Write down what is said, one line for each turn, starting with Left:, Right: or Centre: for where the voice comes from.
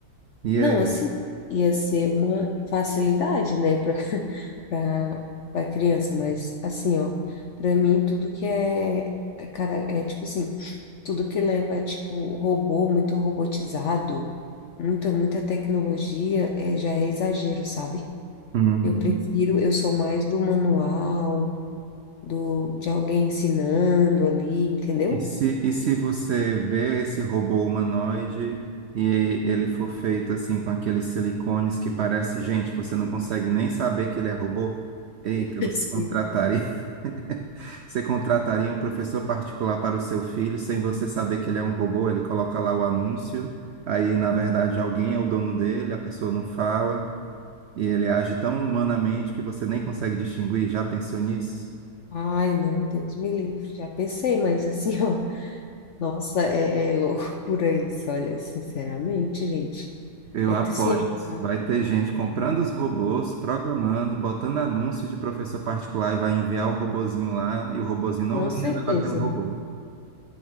Right: E
Left: Não,
Right: aí?
Left: assim, ia ser uma facilidade, né, para para para <laughs> criança, mas assim, ó, para mim tudo que é, é, cara, é tipo assim, tudo que leva tipo robô, muito robotizado, muita muita tecnologia, é, já é exagero, sabe?
Right: Uhum.
Left: Eu prefiro, eu sou mais do manual, do de alguém ensinando ali, entendeu?
Right: E se, e se você vê esse robô humanoide e ele for feito assim com aqueles silicones que parece gente, você não consegue nem saber que ele é robô? Eita,
Left: <laughs> Deus
Right: você contrataria,
Left: me livre.
Right: <laughs> você contrataria um professor particular para o seu filho sem você saber que ele é um robô? Ele coloca lá o anúncio, aí na verdade alguém é o dono dele, a pessoa não fala e ele age tão humanamente que você nem consegue distinguir. Já pensou nisso?
Left: Ai, não, Deus me livre. Já pensei, mas assim, <laughs> ó, Nossa, é, é loucura isso, olha, sinceramente, gente.
Right: Eu
Left: É,
Right: aposto.
Left: t- sim, tá?
Right: Vai ter gente comprando os robôs, programando, botando anúncio de professor particular e vai enviar o robozinho lá e o robozinho não
Left: Com
Right: vai
Left: certeza.
Right: revelar que é um robô.